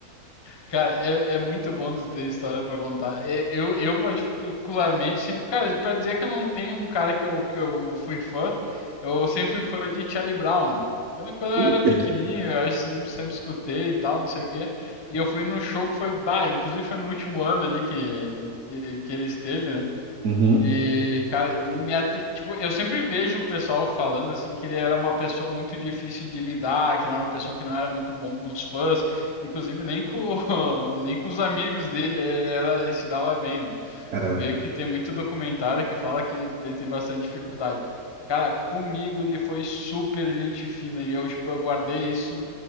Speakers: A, on the left (about 40°); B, on the right (about 65°).
A: Cara, é, é muito bom tu ter história pra contar. É, Eu, eu particularmente, sempre, cara, pra dizer que eu não tenho um cara que eu, que eu fui fã, eu sempre fui fã de Charlie Brown, né? Quando, quando
B: Ih,
A: eu era pequenininho, eu acho que sempre, sempre escutei e tal, não sei o quê. E eu fui num show que foi, bah, inclusive foi no último ano ali que, que, que ele esteve, né?
B: Uhum.
A: E, cara, ele me ati... tipo, eu sempre vejo o pessoal falando assim que ele era uma pessoa muito difícil de lidar, que ele era uma pessoa que não era muito bom com os fãs, inclusive nem com <laughs> nem com os amigos dele, ele era ele se dava bem, né?
B: Cara,
A: Tu vê que tem muito documentário que fala que ele tem bastante dificuldade. Cara, comigo ele foi super gente fina e eu, tipo, eu guardei isso